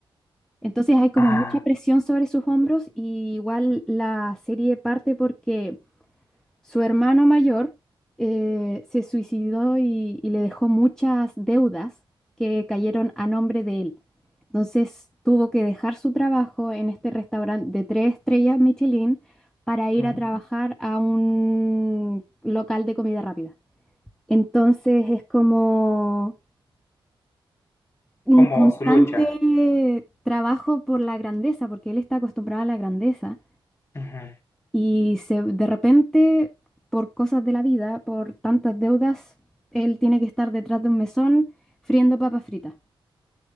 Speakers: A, in the centre; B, on the left.
A: Entonces hay como
B: Ah,
A: mucha presión sobre sus hombros y igual la serie parte porque su hermano mayor eh, se suicidó y, y le dejó muchas deudas que cayeron a nombre de él. Entonces tuvo que dejar su trabajo en este restaurante de tres estrellas Michelin para ir
B: ujú,
A: a trabajar a un local de comida rápida. Entonces es como un
B: como
A: constante
B: su lucha.
A: trabajo por la grandeza, porque él está acostumbrado a la grandeza.
B: Ujú,
A: Y se, de repente, por cosas de la vida, por tantas deudas, él tiene que estar detrás de un mesón friendo papas fritas.